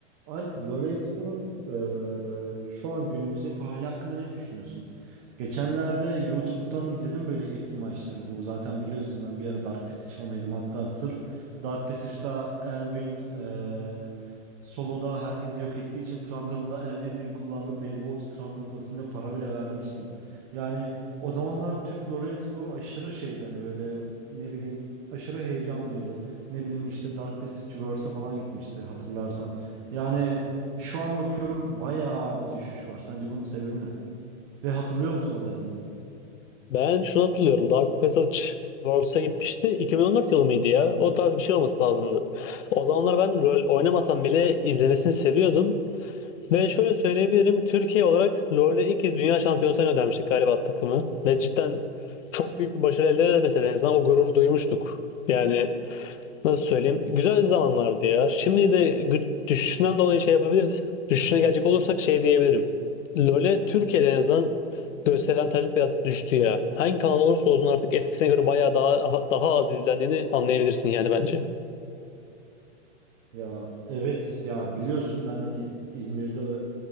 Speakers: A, on the right; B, on the left.
A: Alp, Lolaispor'un eee, şu an günümüzdeki hali hakkında ne düşünüyorsun? Geçenlerde YouTube'dan izledim böyle eski maçları. Bu zaten biliyorsun ben bir ara Dark Passage fanıydım. Hatta sırf Dark Passage'da Elwind eee, soloda herkesi yok ettiği için Trundle'la Elwind'in kullandığı beyzbolcu Trundle kostümüne para bile vermiştim. Yani o zamanlar Türk Lolaispor'u aşırı şeydi hani böyle ne bileyim aşırı heyecanlıydı. Ne bileyim işte Dark Passage Verse'e falan gitmişti hatırlarsan. Yani şu an bakıyorum bayağı bir düşüş var. Sence bunun sebebi ne? Ve hatırlıyor musun o dönemleri?
B: Ben şunu hatırlıyorum. Dark Passage Worlds'a gitmişti. 2014 yılı mıydı ya? O tarz bir şey olması lazımdı. O zamanlar ben rol oynamasam bile izlemesini seviyordum. Ve şöyle söyleyebilirim. Türkiye olarak LoL'de ilk kez dünya şampiyonasına göndermiştik galiba takımı. Ve cidden çok büyük bir başarı elde edemese de en azından o gururu duymuştuk. Yani Nasıl söyleyeyim? Güzel zamanlardı ya. Şimdi de gü- düşüşünden dolayı şey yapabiliriz. Düşüşüne gelecek olursak şey diyebilirim. LoL'e Türkiye'de en azından gösterilen talep biraz düştü ya. Hangi kanal olursa olsun artık eskisine göre bayağı daha daha az izlendiğini anlayabilirsin yani bence.
A: Ya evet ya biliyorsun ben hani İzmir'de